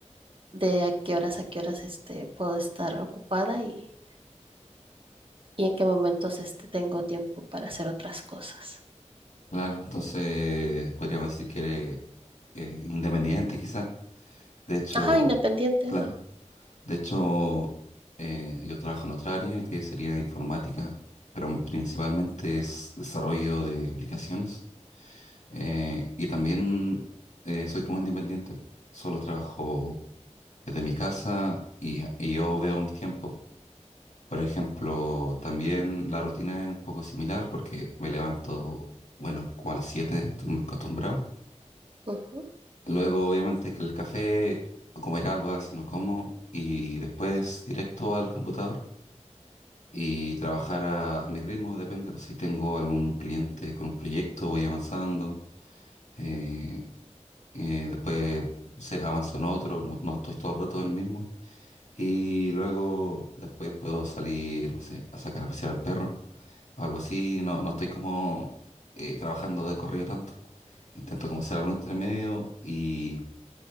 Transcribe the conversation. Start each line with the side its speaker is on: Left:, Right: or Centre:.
Right: de a qué horas a qué horas este, puedo estar ocupada y y en qué momentos este, tengo tiempo para hacer otras cosas.
Left: Claro, entonces podríamos decir que eres eh, independiente quizá. De hecho,
Right: Ajá, independiente.
Left: claro,
Right: ah,
Left: de hecho eh, yo trabajo en otra área que sería informática, pero principalmente es desarrollo de aplicaciones. Eh, y también eh, soy como independiente. Solo trabajo desde mi casa y, y yo veo mis tiempos. Por ejemplo, también la rutina es un poco similar porque me levanto, bueno, como a las siete estoy muy acostumbrado.
Right: ujú,
Left: Luego, obviamente, que el café o comer algo, a veces no como. Y después directo al computador y trabajar a, a mi ritmo, depende. pues, si tengo algún cliente con un proyecto, voy avanzando. eh, eh, después se avanzó en otro, no, no estoy todo el rato en el mismo. Y luego después puedo salir, no sé, a sacar a pasear al perro o algo así. No, no estoy como eh, trabajando de corrido tanto. Intento como hacer algo entre medio y